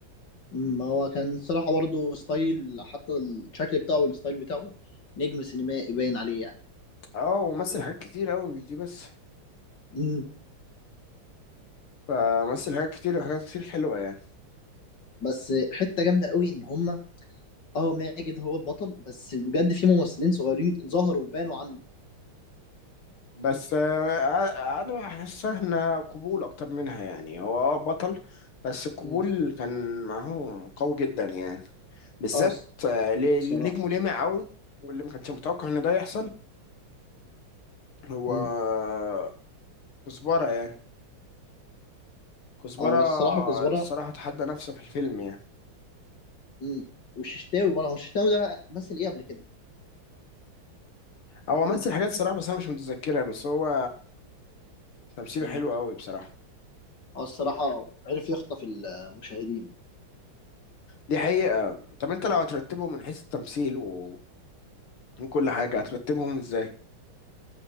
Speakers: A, on the left; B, on the left.
A: أمم، ما هو كان صراحة برضه ستايل حتى الشكل بتاعه والستايل بتاعه نجم سينمائي باين عليه يعني
B: اه ومثل حاجات كتير قوي مش دي بس
A: امم
B: فمثل حاجات كتير وحاجات كتير حلوه يعني
A: بس حتة جامدة قوي ان هما اه ماجد هو البطل بس بجد في ممثلين صغيرين ظهروا وبانوا عنه
B: بس آه، انا بحس احنا قبول اكتر منها يعني هو آه بطل بس القبول
A: امم
B: كان معاه قوي جدا يعني بالذات
A: اه
B: آه، اللي اللي
A: الصراحة
B: نجمه لامع قوي واللي ما كانش متوقع ان ده يحصل هو
A: امم
B: آه، كزبرة يعني كزبرة
A: اه الصراحة كزبرة
B: الصراحة تحدى نفسه في الفيلم يعني
A: مم. والششتاوي برضه هو الششتاوي ده مثل ايه قبل كده
B: هو مثل حاجات الصراحة بس انا مش متذكرها بس هو تمثيله
A: مم.
B: حلو قوي بصراحة
A: هو الصراحة
B: دي
A: عرف يخطف المشاهدين
B: دي حقيقة طب انت لو هترتبهم من حيث التمثيل و- وكل حاجة هترتبهم ازاي؟